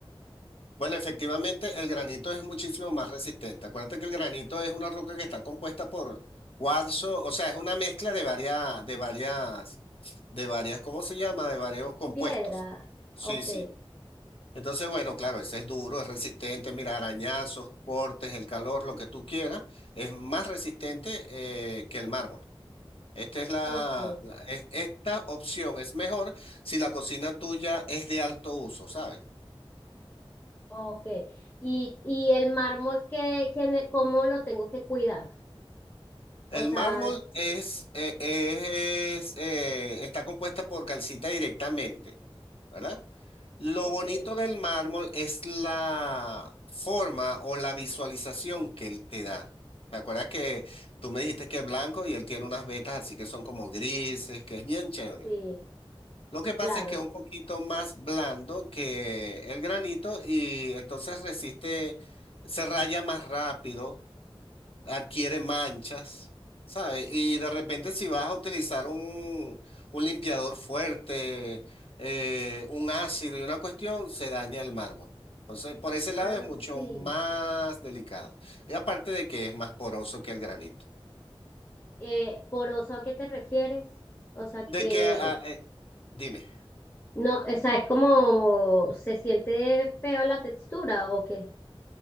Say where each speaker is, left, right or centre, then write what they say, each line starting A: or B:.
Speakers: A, on the left; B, on the left.
A: Bueno, efectivamente, el granito es muchísimo más resistente. Acuérdate que el granito es una roca que está compuesta por cuarzo, o sea, es una mezcla de varias, de varias, de varias, ¿cómo se llama? De varios compuestos.
B: piedra.
A: Sí,
B: Ok,
A: sí. Entonces, bueno, claro, ese es duro, es resistente, mira, arañazos, cortes, el calor, lo que tú quieras, es más resistente eh, que el mármol. Esta es la,
B: ok.
A: la- es- esta opción es mejor si la cocina tuya es de alto uso, ¿sabes?
B: Ok. ¿Y, y el mármol, qué que, cómo lo tengo que cuidar?
A: El
B: O sea,
A: mármol es, eh, es, eh, está compuesta por calcita directamente, ¿verdad? Lo
B: ok,
A: bonito del mármol es la forma o la visualización que él te da. ¿Te acuerdas que tú me dijiste que es blanco y él tiene unas vetas así que son como grises, que es bien chévere?
B: sí,
A: Lo que pasa
B: claro.
A: es que es un poquito más blando que el granito y entonces resiste, se raya más rápido adquiere manchas, ¿sabes? Y de repente si vas a utilizar un, un limpiador fuerte, eh, un ácido y una cuestión, se daña el mármol. Entonces, por ese lado
B: Ah,
A: es mucho
B: sí.
A: más delicado. Y aparte de que es más poroso que el granito.
B: Eh, ¿poroso a qué te refieres? O sea,
A: De
B: que
A: que, ah, eh, dime.
B: no, o sea, es como se siente feo la textura o qué.